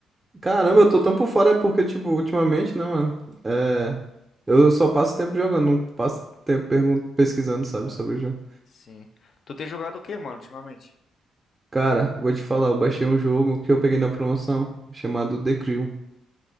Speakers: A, on the right; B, on the left.
A: Caramba, eu tô tão por fora é porque, tipo, ultimamente, né, mano? É, eu só passo tempo jogando, não passo tempo pergun- pesquisando, sabe,
B: Ah,
A: sobre o jogo.
B: sim. Tu tem jogado o que, mano, ultimamente?
A: Cara, vou te falar, eu baixei um jogo que eu peguei na promoção, chamado The Crew.